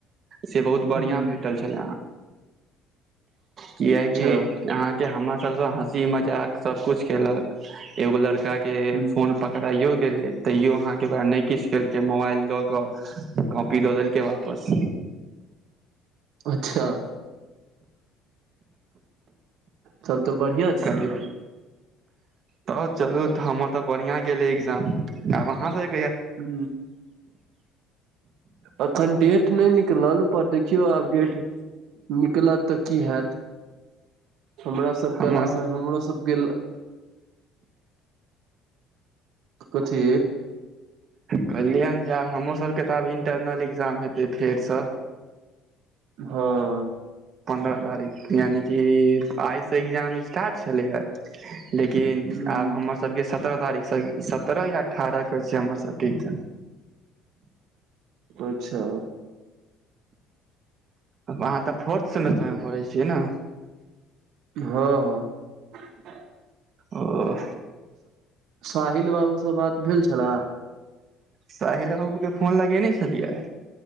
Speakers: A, on the right; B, on the right.
A: से बहुत
B: हूँ
A: बढ़िया भेटल छल कियि
B: अच्छा
A: अह हमर सब हँसी मजाक कुछ केलक एगो लड़का कें
B: हूँ
A: फोन पकड़ाइयो गेलै तैो अहाँके ओरा नहि किछु कयेलकै मोबाइल लऽ कऽ कॉपी दऽ देलके वापस
B: अच्छा त तऽ बढ़िआं छै
A: धनिाद <inaudible> तब चलू हमर तऽ बढ़िया गेले एग्जाम आब अहाँ सब
B: हू अखन डेट नहि निकलल पर देखियौ आब डेट निकलत तऽ की होत हमरा सभ
A: हमर
B: कलामे हमरो सबके कथी
A: कहललियनि जे आब हमर सबके तऽ आब इंटरनल एग्जाम हेते फेर से
B: हँ
A: पंन्द्रह तारीख यानि क आइ से एग्जाम स्टार्ट छले हे लेकिन
B: हूँ
A: आब हमर सबके सत्रह तारीख सत्रह या अठारह के छै हमर सब ठीक
B: अच्छा
A: अहाँ तऽ फोर्थ सेमेस्टर मे पढ़ै छियै ने
B: हँ हँ
A: ओ
B: साहिल बाबूसँ बात भेल छल
A: साहिल बाबू के फोन लगेने छलियै